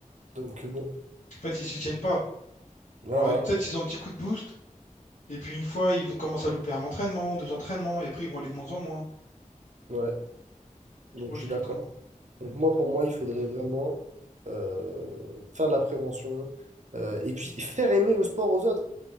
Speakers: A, on the right (about 60°); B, on the left (about 75°).
A: Donc, bon,
B: En fait, ils s'y tiennent pas.
A: voilà,
B: Alors, et peut-être ils ont un petit coup de boost, et puis une fois, ils vont commencer à louper un entraînement, deux entraînements, et après, ils vont aller de moins en moins.
A: ouais, donc
B: Ouais,
A: je
B: je
A: suis
B: suis totalement.
A: d'accord. Donc moi, pour moi, il faudrait vraiment euh, faire de la prévention euh, et puis faire aimer le sport aux autres.